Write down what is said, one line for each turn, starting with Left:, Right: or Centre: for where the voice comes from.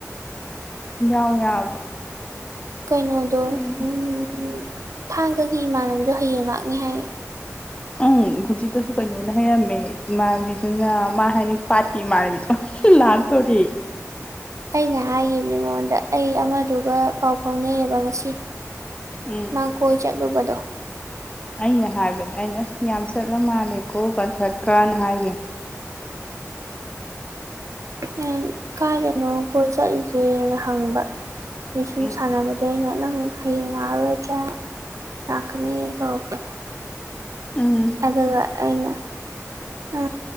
Left: ꯌꯥꯎ ꯌꯥꯕ
Right: ꯀꯩꯅꯣꯗꯣ
Left: ꯎꯝ
Right: ꯎꯝ ꯊꯥꯡꯒꯒꯤ ꯏꯃꯥꯟꯅꯕꯤꯗꯣ ꯍꯌꯦꯡ ꯂꯥꯛꯅꯤ ꯍꯥꯏꯌꯦ
Left: ꯑꯪ ꯍꯧꯖꯤꯛꯇꯁꯨ ꯀꯩꯅꯣꯅ ꯍꯥꯏꯔꯝꯃꯦ ꯏꯃꯥꯟꯅꯕꯤꯗꯨꯅ ꯃꯥ ꯍꯥꯏꯅꯤ ꯄꯥꯠꯈꯤ ꯏꯃꯥꯟꯅꯕꯤꯗ ꯂꯥꯛꯇꯣꯔꯦ
Right: ꯑꯩꯅ ꯍꯥꯏꯈꯤꯕꯅꯤ ꯃꯉꯣꯟꯗ ꯑꯩ ꯑꯃꯗꯨꯒ ꯄꯥꯎ ꯐꯥꯎꯅꯩꯑꯦꯕ ꯉꯁꯤ
Left: ꯎꯝ
Right: ꯃꯥ ꯀꯣꯏ ꯆꯠ ꯂꯨꯕꯗꯣ
Left: ꯑꯩꯅ ꯍꯥꯏꯕꯅꯦ ꯑꯩꯅ ꯑꯁ ꯌꯥꯝ ꯆꯠꯂ ꯃꯥꯜꯂꯦꯀꯣ ꯀꯟꯁꯔꯠꯀꯅ ꯍꯥꯏꯒꯤꯝꯅꯦ
Right: <unintelligible> ꯑꯦ ꯀꯥꯏꯗꯅꯣ ꯑꯩꯈꯣꯏ ꯆꯠꯂꯤꯁꯦꯅ ꯍꯪꯕ ꯑꯩ ꯁꯨꯝ
Left: ꯎꯝ
Right: ꯁꯥꯟꯅꯕꯗ ꯑꯩꯅ ꯅꯪ ꯍꯌꯦꯡ ꯂꯥꯛꯑꯔꯣꯏꯗ꯭ꯔꯥ ꯂꯥꯛꯀꯅꯤ ꯇꯧꯔꯛꯄ
Left: ꯎꯝ
Right: ꯑꯗꯨꯒ ꯑꯩꯅ ꯑ